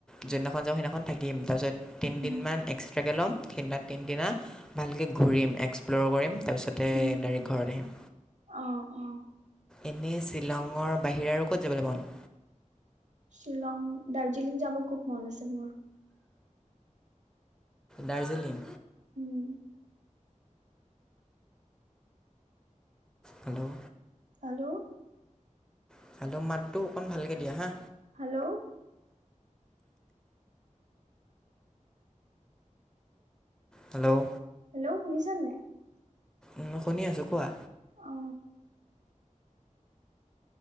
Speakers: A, in the centre; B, on the right.
A: যোনদিনাখন যাওঁ সেইদিনাখন থাকিম। তাৰপিছত তিনিদিনমান
B: উম
A: এক্সট্ৰাকৈ ল'ম সেইদিনা তিনিদিনা ভালকৈ ঘূৰিম এক্সপ্ল'ৰ কৰিম তাৰপিছতে
B: উম
A: ডাইৰেক্ট ঘৰত আহিম।
B: অ অ
A: এনে শ্বিলঙৰ বাহিৰা আৰু ক'ত যাবলৈ মন?
B: শ্বিলং দাৰ্জিলিং যাব খুব মন আছে মোৰ
A: দাৰ্জিলিং?
B: উম
A: হেল্ল'
B: হেল্ল'
A: <unintelligible> মাতটো অকণমান ভালকে দিয়া হা।
B: হেল্ল'
A: হেল্ল'
B: হেল্ল' শুনিছা নাই?
A: উম শুনি আছো কোৱা।
B: অ